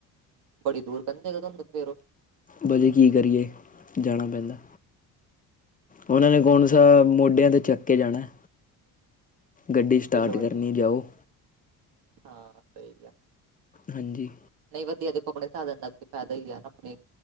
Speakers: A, on the right; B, on the left.
A: ਬੜੀ ਦੂਰ ਪੈਂਦਾ ਤੁਹਾਨੂੰ ਫੇਰ।
B: ਬਸ ਜੀ ਕੀ ਕਰੀਏ ਜਾਣਾ ਪੈਂਦਾ। ਉਹਨਾਂ
A: ਉਹ?
B: ਨੇ, ਕੌਣ ਸਾ ਮੋਢਿਆਂ ਤੇ ਚੱਕ ਕੇ ਜਾਣਾ। ਗੱਡੀ ਸਟਾਰਟ
A: ਚਲੋ ਵਧੀਆ
B: ਕਰਨੀ ਜਾਓ
A: ਹਾਂ <unintelligible>
B: ਹਾਂਜੀ।
A: ਨਹੀਂ ਵਧੀਆ ਦੇਖੋ, ਆਪਣੇ ਸਾਧਨ ਦਾ ਕੋਈ ਫਾਇਦਾ ਹੀ ਹੈ ਨਾ, ਆਪਣੇ